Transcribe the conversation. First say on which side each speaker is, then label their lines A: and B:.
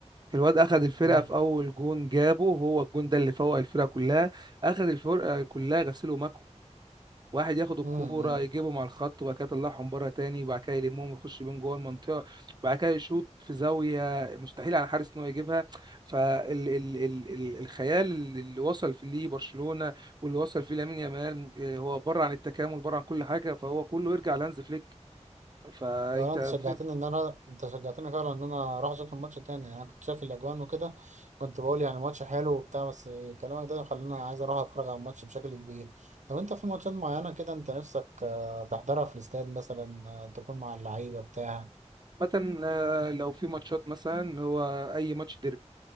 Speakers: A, on the right; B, on the right.
A: الواد اخذ الفرقه
B: مم.
A: في اول جون جابه هو الجون ده اللي فوق الفرقه كلها اخذ الفرقه كلها غسيل ومكوى واحد ياخد الكوره
B: مم. مم.
A: يجيبهم على الخط وبعد كده يطلعهم بره تاني وبعد كده يلمهم ويخش بيهم جوه المنطقه وبعد كده يشوط في زاويه مستحيل على الحارس ان هو يجيبها فالخيال اللي وصل فيه ليه برشلونه واللي وصل فيه لامين يامال آه، هو بره عن التكامل بره عن كل حاجه فهو كله يرجع لهانز فليك فانت
B: لو أنت شجعتني
A: في-
B: إن أنا أنت شجعتني فعلا إن أنا أروح أشوف الماتش تاني يعني أنا كنت شايف الأجوان وكده كنت بقول يعني الماتش حلو وبتاع بس كلامك ده خلاني عايز أروح أتفرج على الماتش بشكل كبير طب أنت في ماتشات معينة كده أنت نفسك آه، تحضرها في الاستاد مثلا آه، تكون مع اللعيبة بتاع
A: مثلا آه، لو في ماتشات مثلا هو اي ماتش ديربي